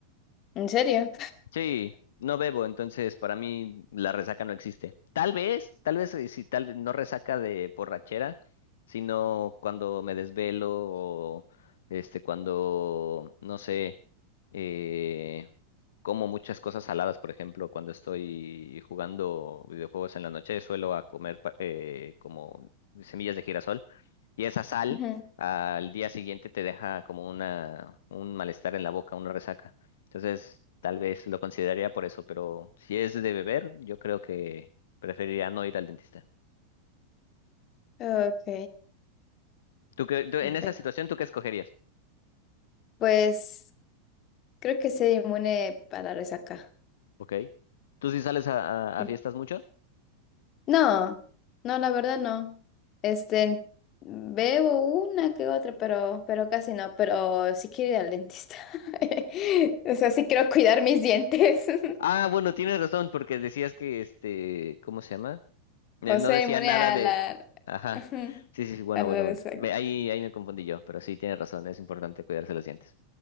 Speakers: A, on the left; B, on the left.
A: ¿En serio?
B: Sí, no bebo, entonces para mí la resaca no existe. Tal vez, tal vez eh, sí, tal vez no resaca de borrachera, sino cuando me desvelo o este cuando no sé, eh, como muchas cosas saladas, por ejemplo, cuando estoy jugando videojuegos en la noche, suelo a comer pa- eh, como semillas de girasol y esa sal
A: Ujú. <laughs>
B: al día siguiente te deja como una un malestar en la boca, una resaca. Entonces, tal vez lo consideraría por eso, pero si es de beber, yo creo que preferiría no ir al dentista.
A: Ok,
B: ¿Tú qué- tú-
A: perfecto.
B: en esa situación, ¿tú qué escogerías?
A: Pues creo que ser inmune para la resaca.
B: Ok. ¿Tú sí sales a, a-
A: Sí.
B: a fiestas mucho?
A: No, no, la verdad no. Este, bebo una que otra, pero, pero casi no. Pero sí quiero ir al dentista. <laughs> O sea, sí quiero cuidar mis dientes. <laughs>
B: Ah, bueno, tienes razón, porque decías que este, ¿cómo se llama? Eh,
A: O
B: No
A: ser
B: decía
A: inmune
B: nada
A: a
B: de...
A: la...
B: Ajá.
A: <laughs>
B: Sí, sí, sí, bueno,
A: a la
B: bueno, bueno.
A: resaca.
B: Me- ahí, ahí me confundí yo, pero sí, tiene razón, es importante cuidarse los dientes.